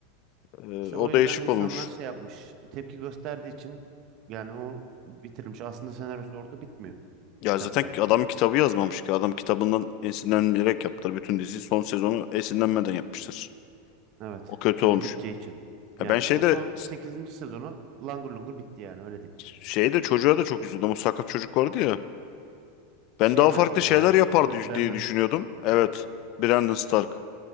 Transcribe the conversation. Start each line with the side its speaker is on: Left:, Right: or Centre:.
Left: Ee,
Right: İşte
Left: o
Right: o yüzden
Left: değişik
Right: insanlar
Left: olmuş.
Right: şey yapmış. Tepki gösterdiği için yani o bitirilmiş. Aslında senaryosu orada bitmiyor
Left: Ya
Right: kitapta.
Left: zaten adam kitabı yazmamış ki. Adam kitabından esinlenerek yaptılar bütün diziyi. Son sezonu esinlenmeden yapmışlar.
Right: Evet.
Left: O kötü
Right: Çünkü
Left: olmuş.
Right: biteceği için. Yani
Left: Ya ben şeyde
Right: o son sekizinci sezonu langır lungur bitti yani öyle diyeyim.
Left: şeyde çocuğa da çok üzüldüm. O sakat çocuk vardı ya. Ben
Right: Şey
Left: daha
Right: mi?
Left: farklı
Right: Ee,
Left: şeyler yapar düş-
Right: Brandon.
Left: diye düşünüyordum. Evet. Brandon Stark.